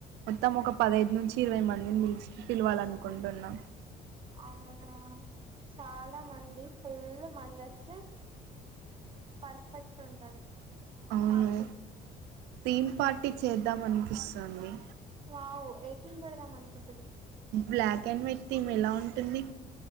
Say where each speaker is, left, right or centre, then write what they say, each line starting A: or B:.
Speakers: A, on the right (about 85°); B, on the right (about 30°).
A: మొత్తం ఒక పదైదు నుంచి ఇరవై మంది. నేన్ నిచ్ పిలవాలినుకుంటున్నా.
B: అవునా చాలా మంది ఫుల్ మందస్తే పర్ఫెక్ట్ ఉంటది.
A: అవును
B: పార్టీ
A: థీమ్ పార్టీ చేద్దాం అనిపిస్తుంది.
B: వావ్ ఏ క్రీమ్ పెడదామనుకుం
A: బ్ల్యాక్ అండ్ వైట్ థీమ్ ఎలా ఉం పిన్ని